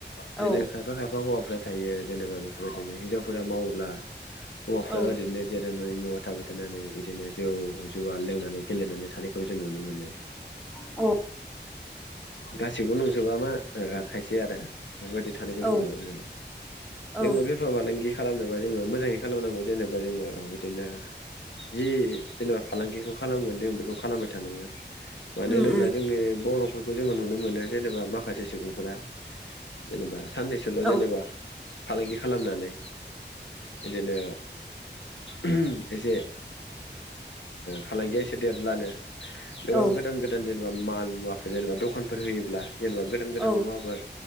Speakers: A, in the centre; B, on the left.
A: औ
B: बिदिनो खायफा खायफा हौवाफ्रा थायो जेनेबा बेफोर बायदिनो हिनजावफोरा मावोब्ला हौवाफोरा
A: औ
B: ओरैनो जे नानै नयाव थाबाय थानानै इदिनो जौ जुवा लोंनानै गेलेनानै थानायखौ जों नुनो मोनो।
A: औ।
B: गासैबो नंजोबा मा ओ खायसे आरो बेफोर बायदि थानायखौ जों
A: औ
B: नुनो मोनो
A: औ
B: जोङो बेफार फालांगि खालामनोबा जोङो मोजाङै खालामनांगौ जेनेबा जोङो बिदिनो जि जेनेबा फालांगिखौ खालामगोन जों बेखौ खालामबाय थानांगोन। मानो
A: उम
B: होनोब्ला
A: उम
B: जोंनि बर' फोरखौ जोङो नुनो मोनो जेनेबा माखासे सुबुंफोरा जेनेबा साननैसोल
A: औ
B: जेनेबा। फालांगि खालामनानै बिदिनो उम एसे फालांगिया ओ एसे देरब्लानो गोबां
A: औ
B: गोदान गोदान जेनेबा माल मुवाफोर जेनेबा दखानफोर होयोब्ला जेनेबा गोदान गोदान
A: औ
B: मुवाफोर